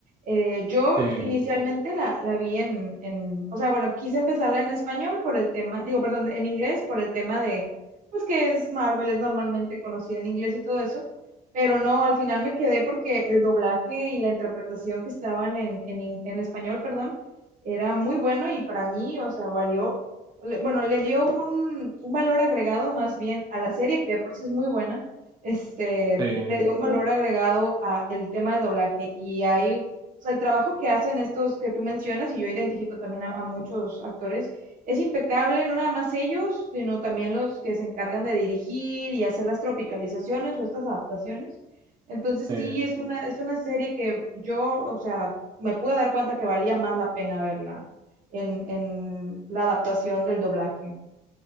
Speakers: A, on the right; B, on the right.
A: Eh, yo
B: Sí,
A: inicialmente la, la vi en, en, o sea, bueno, quise empezarla en español por el tema, digo, perdón, en inglés por el tema de, pues que es Marvel, es normalmente conocida en inglés y todo eso, pero no, al final me quedé porque el doblaje y la interpretación que estaban en, en in- en español, perdón, era muy bueno y para mí, o sea, valió, le- bueno, le dio un, un valor agregado más bien a la serie, que de por sí es muy buena, este,
B: sí,
A: le dio un valor agregado a el tema del doblaje y hay, o sea, el trabajo que hacen estos que tú mencionas, y yo identifico también a, a muchos actores, es impecable, no nada más ellos, sino también los que se encargan de dirigir y hacer las tropicalizaciones o estas adaptaciones. Entonces
B: sí.
A: sí, es una, es una serie que yo, o sea, me pude dar cuenta que valía más la pena verla en, en la adaptación del doblaje.